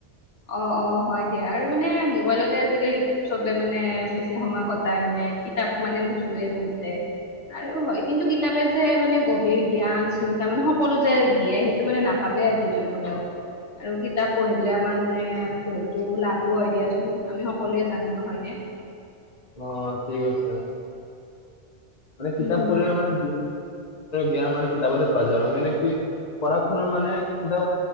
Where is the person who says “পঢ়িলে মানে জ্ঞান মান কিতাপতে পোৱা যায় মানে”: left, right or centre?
Left